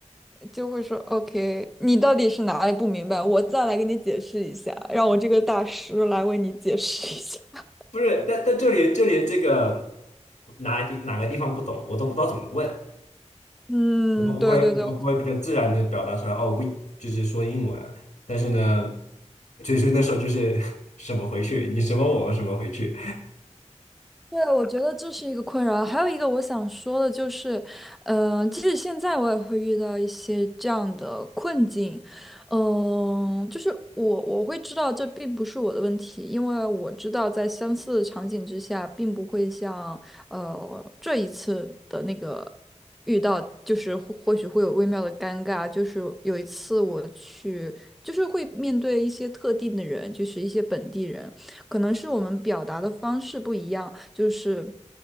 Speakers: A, in the centre; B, on the left.
A: 就会说，OK，你到底是哪里不明白？我再来给你解释一下，让我这个大师来为你解释一下。<laughs>
B: 不是，但但就连就连这个哪地哪个地方不懂，我都不知道怎么问，
A: 嗯，
B: 我都不会我都不会比较自然的表达出来。
A: 对对对，
B: 哦我就是说英文，但是呢，就是那时候就是 <laughs> 什么回去，你什么我什么回去，
A: 对，我觉得这是一个困扰。还有一个我想说的就是，嗯、即使现在我也会遇到一些这样的困境，嗯、就是我我会知道这并不是我的问题，因为我知道在相似的场景之下，并不会像呃这一次的那个遇到，就是或或许会有微妙的尴尬。就是有一次我去，就是会面对一些特定的人，就是一些本地人。可能是我们表达的方式不一样，就是